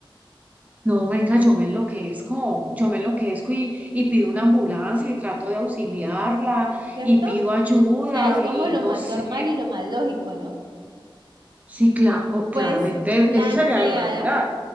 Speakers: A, on the right (about 15°); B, on the right (about 50°).
A: No, marica, yo me enloquezco, yo me enloquezco y, y pido una ambulancia y trato de auxiliarla
B: ¿Cierto?
A: y pido
B: O
A: ayuda
B: sea, es como
A: y
B: lo
A: no
B: más
A: sé.
B: normal y lo más lógico, ¿no?
A: Sí, claro,
B: Pues
A: claramente,
B: la
A: eso sería
B: empleada
A: lo natural.